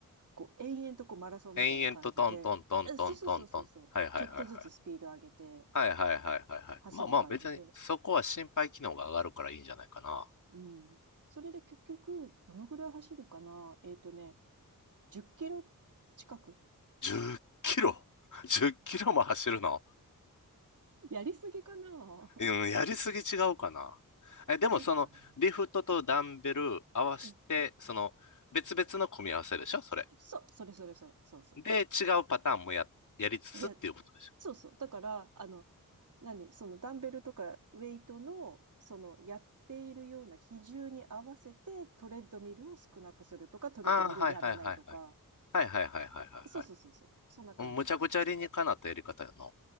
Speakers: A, on the right; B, on the left.
A: こう、延々とこうマラソンみたいな感じで、
B: 延々とトントントントントントン。
A: えそうそうそうそうそう。
B: はいはいはいはい。
A: ちょっとずつスピード上げて
B: はいはいはいはいはい。
A: 走る感じで。
B: まあまあ別に、そこは心肺機能が上がるからいいんじゃないかな。
A: うん。それで結局、どのぐらい走るかなえっとね、10キロ近く
B: 10キロ <laughs> ?10 キロも走るの
A: やりすぎかな
B: うん、やりすぎ違うかな。
A: <laughs>
B: え、でもその、
A: そっかな。
B: リフトとダンベル合わせて、
A: うん。
B: その、別々の組み合わせでしょそれ。
A: そう、それそれそう、そうそ
B: で、違うパターンもや、やりつつっていうことでしょ
A: う。いや、そうそう。だから、あの、何そのダンベルとかウェイトの、そのやっているような比重に合わせてトレッドミルを少なくするとか、トレッドミルやらないとか、
B: ああはいはいはいはいはいはいはいはいはいはい。
A: そうそうそうそう。そんな感じ。
B: うんむちゃくちゃ理にかなったやり方やな。